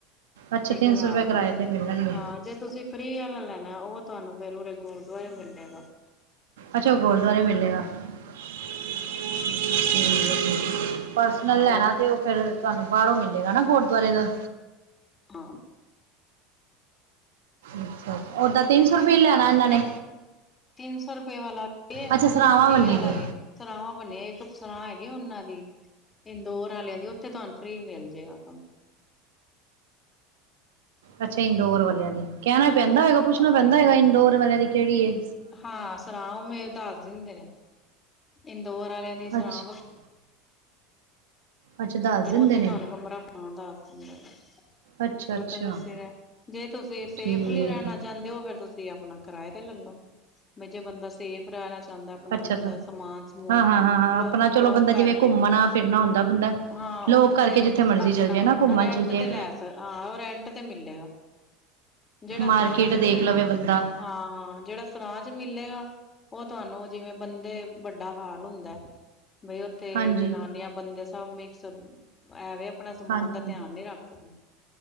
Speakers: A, on the right; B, on the left.
A: ਅੱਛਾ
B: ਇੱਕ
A: ਤਿੰਨ ਸੌ
B: ਰਾਤ
A: ਰੁਪਏ ਕਿਰਾਏ
B: ਦਾ
A: ਤੇ ਮਿਲਣਗੇ
B: ਹਾਂ ਜੇ ਤੁਸੀਂ ਫ੍ਰਰੀ ਵਾਲਾ ਲੈਣਾ ਉਹ ਤੁਹਾਨੂੰ ਫਰਰੇ ਗੁਰਦੁਆਰੇ ਨੂੰ ਮਿਲ ਜਾਗਾ
A: ਅੱਛਾ ਉਹ ਗੁਰਦੁਆਰੇ ਮਿਲੇਗਾ ਹਮ ਰ <unintelligible> ਪ੍ਸਨਲ
B: ਹੋਰ
A: ਲੈਣਾ ਤੇ ਉਹ ਫਿਰ ਤੁਹਾਨੂੰ ਬਾਹਰੋ ਮਿਲੇਗਾ ਨਾ ਗੁਰਦੁਆਰੇ ਦਾ
B: ਹਾਂ
A: ਅੱਛਾ ਓਾਂ ਤਿੰਨ ਸੌ ਰੁਪਏ ਲੈਣਾ ਇਹਨਾਂ
B: ਨਹੀਂ
A: ਨੇ
B: ਤਿੰਨ ਸੌ ਰੁਪਏ ਵਾਲਾ ਵ ਉਹ
A: ਅੱਛਾ ਸਰਾਵਾਂ
B: ਫਰੀ
A: ਬੰਨੀ
B: ਵਾਲਾ
A: ਦੀ
B: ਵੇ ਸਰਾਵਾਂ ਬਣਿਆ ਇੱਕ ਸਰਾ ਹੈਗੇ ਉਹਨਾਂ ਦੀ ਇੰਦੋਰ ਵਾਲਿਆਂ ਦੀ ਉੱਥੇ ਤੁਹਾਨੂੰ ਫ੍ਰਰੀ ਮਿਲ ਜਏਗਾਾਂ
A: ਅੱਛਾ ਇੰਦੋਰ ਵਾਲਿਆਂ ਦੀ ਕਹਿਣਾ ਪੈਂਦਾ ਹੈਗਾ ਪੁੱਛਣਾ
B: ਉੱਥੇ
A: ਪੈਂਦਾ ਹੈਗਾ ਇੰਡੋਰ ਵਾਲਿਆਂ ਦੀ ਕਿਹੜੀਏ
B: ਹਾਂ ਸੁਣਾ ਉਹ ਮੇਰੇ ਦੱਸ ਦਿੰਦੇ ਨੇ ਹ ਦੋਰ ਵਾਲਿਆਂ ਦੀ ਸਰਾਾਂ
A: ਅੱਛਾ
B: ਵ
A: ਅੱਛਾ ਦੱਸ ਦਿੰਦੇ
B: ਉੱਥੇ
A: ਨੇ
B: ਤੁਹਾਨੂੰ ਕਮਰਾ ਪਾਣਾ ਦੱਸ ਦਿੰਦੇ ਆ
A: ਅੱਛਾ
B: ਤੇ
A: ਅੱਛਾ
B: ਉਥੇ ਤੁਸੀਂ ਰ ਜੇ ਤੁਸੀਂ ਸੇਫਲੀ
A: ਠੀਕ ਹੈ
B: ਰਹਿਣਾ
A: ਠੀਕ
B: ਚਾਹੁੰਦੇ ਹੋ ਫੇਰ ਤੁਸੀਂ ਆਪਣਾ ਕਿਰਾਏ ਤੇ ਲੈਲੋ ਵੀ ਜੇ ਬੰਦਾ ਸੇਫ ਰਹਿਣਾ ਚਾਹੁੰਦਾ ਆਪਣਾ
A: ਅੱਛਾ
B: ਬੰਦਾ
A: ਅੱਛਾ
B: ਸਮਾਨ ਸਮੂਨ
A: ਹਾਂ ਹਾਂ ਹਾਂ ਹਾਂ
B: ਲੋਕ
A: ਆਪਣਾ ਚਲੋ
B: ਲੋਕ
A: ਬੰਦਾ
B: ਕਰਕੇ
A: ਜਿਵੇਂ ਘੁੰਮਣਾ ਫਿਰਨਾ ਹੁੰਦਾ ਬੰਦਾ
B: ਹਾਂ ਉਹ
A: ਲੋਕ
B: ਤੁਸੀਂ
A: ਕਰਕੇ ਜਿੱਥੇ ਮਰਜ਼ੀ
B: ਆਪਣਾ
A: ਚੱਲ ਜਾਏ ਨਾ ਘੁੰਮਣ
B: ਰੈਂਟ
A: ਚੱਲ ਜਾਏ
B: ਤੇ ਲੈ ਹਾਂ ਉਹ ਰੈਂਟ ਤੇ ਮਿਲੇਗਾ ਜਿਹੜਾ ਸਰਾਂ
A: ਮਾਰਕੀਟ
B: ਚ ਮਿਲ
A: ਦੇਖ ਲਵੇ ਬੰਦਾ
B: ਹਾਂ ਹਾਂ ਜਿਹੜਾ ਸਰਾਂ ਚ ਮਿਲੇਗਾ ਉਹ ਤੁਹਾਨੂੰ ਜਿਵੇਂ ਬੰਦੇ ਵੱਡਾ ਹਾਲ ਹੁੰਦਾ ਬਈ ਉੱਥੇ
A: ਹਾਂਜੀ
B: ਜਨਾਨੀਆਂ ਬੰਦੇ ਸਮਮੇ ਐਵੇ ਆਪਣਾ ਸਮਾਨ
A: ਹਾਂਜੀ
B: ਦਾ ਧਿਆਨ ਨਹੀਂ ਰੱਖ ਸਕਦੇ